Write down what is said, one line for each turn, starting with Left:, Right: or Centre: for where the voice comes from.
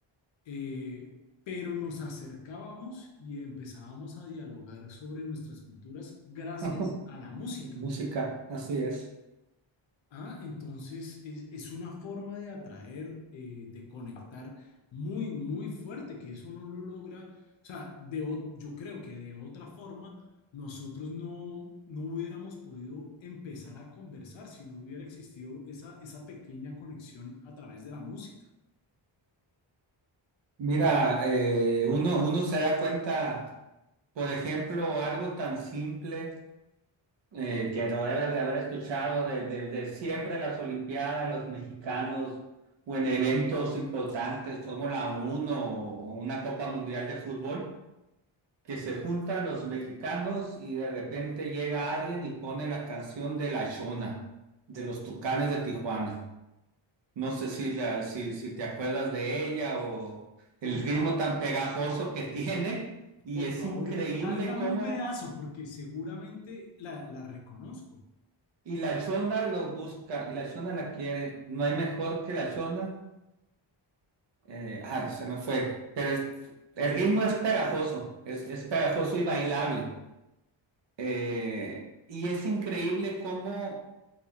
Left: eh, pero nos acercábamos y empezábamos a dialogar sobre nuestras culturas gracias
Right: <laughs>
Left: a la música.
Right: Música, así es.
Left: Ah, entonces es, es una forma de atraer, eh, de conectar muy, muy fuerte, que eso no lo logra. O sea, de, o- yo creo que de otra forma nosotros no, no hubiéramos podido empezar a conversar si no hubiera existido esa, esa pequeña conexión a través de la música.
Right: Mira, eh, uno, uno se da cuenta, por ejemplo, algo tan simple eh, que no debes de haber escuchado de, de- de siempre en las Olimpiadas, los mexicanos, o en eventos importantes, Fórmula uno o una Copa Mundial de Fútbol. que se juntan los mexicanos y de repente llega alguien y pone la canción de La chona de los Tucanes de Tijuana. No sé si, la- si, si te acuerdas de ella o el
Left: Por
Right: ritmo
Left: fa-
Right: tan pegajoso que tiene y
Left: por
Right: es
Left: favor,
Right: increíble
Left: cántame
Right: cómo...
Left: un pedazo porque seguramente la, la reconozco.
Right: Y la chona lo busca y la chona la quiere. No hay mejor que la chona Eh, ah, se me fue. Pero es- el ritmo es pegajoso, es, es pegajoso y bailable. Eh, y es increíble cómo